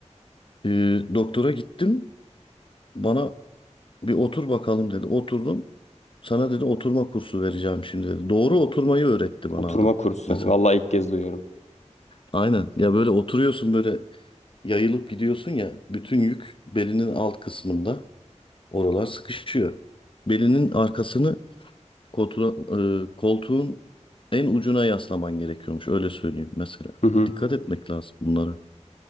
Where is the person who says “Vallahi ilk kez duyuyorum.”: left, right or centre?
Left